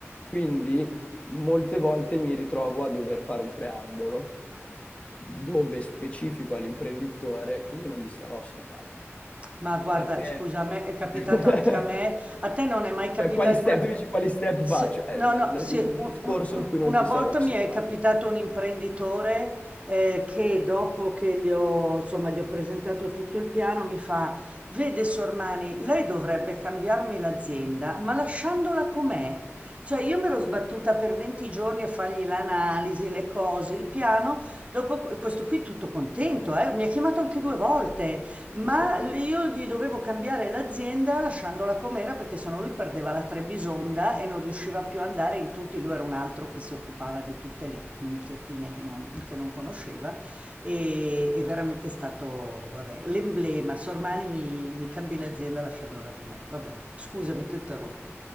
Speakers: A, on the left; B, on the right.
A: Quindi molte volte mi ritrovo a dover fare un preambolo dove specifico all'imprenditore che io non gli starò simpatico.
B: Ma guarda,
A: Perché,
B: scusa, a me è capitato
A: <laughs>
B: anche a me. A te non è mai capitato
A: cioè, quali step,
B: una...
A: tu dici quali step
B: se-
A: faccio? È
B: no,
A: il
B: no, se un-
A: discorso
B: un- un-
A: in cui non
B: una
A: ti
B: volta
A: sarò simpatico.
B: mi è capitato un imprenditore eh, che dopo che gli ho, insomma, gli ho presentato tutto il piano mi fa, vede Sormani, lei dovrebbe cambiarmi l'azienda, ma lasciandola com'è. Cioè io mi ero sbattuta per 20 giorni a fargli l'analisi, le cose, il piano, dopo questo qui tutto contento, eh, Mi ha chiamato anche due volte. Ma
A: Sì, sì.
B: io gli dovevo cambiare l'azienda lasciandola com'era perché sennò lui perdeva la Trebisonda e non riusciva più ad andare in tutti, lui era un altro che si occupava di tutte le minchiatine che non, che non conosceva e è veramente stato, vabbè, l'emblema, Sormani mi, mi cambi l'azienda lasciandola com'è, vabbè, scusami
A: Esatto.
B: ti ho interrotto,